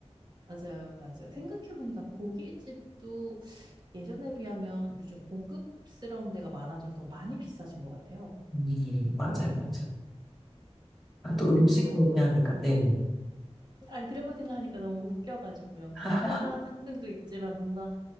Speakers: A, on the right; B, in the centre.
A: 맞아요, 맞아요. 생각해보니까 고깃집도 예전에 비하면 요즘 고급스러운 데가 많아져서 많이 비싸진 것 같아요.
B: 음, 맞아요, 맞아요. 아, 또
A: 그런
B: 음식
A: 거 생각하니까.
B: 얘기하니까, 네네.
A: 아니, 그런 거 생각하니까 너무 웃겨가지고요.
B: <laughs>
A: 물가 상승도 있지만 뭔가